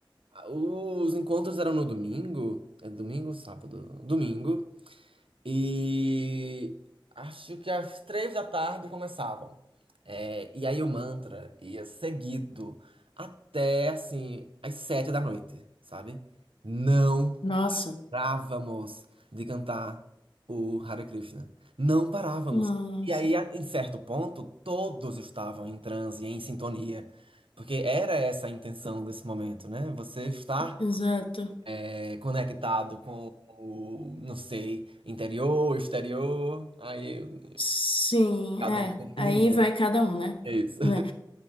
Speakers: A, on the right; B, on the left.
A: Os encontros eram no domingo, é domingo, sábado, domingo. E acho que às três da tarde começavam. É, e aí o mantra ia seguido até assim às sete da noite, sabe? Não
B: Nossa.
A: parávamos de cantar o Hare Krishna. Não parávamos.
B: Nossa,
A: E aí, a- em certo ponto, todos estavam em transe, em sintonia. Porque era essa a intenção desse momento, né? Você estar
B: exato.
A: é, conectado com o, não sei, interior, exterior. Aí eu, eu-
B: Sim,
A: cada
B: é.
A: um definiria.
B: Aí vai cada um, né?
A: É isso.
B: Né?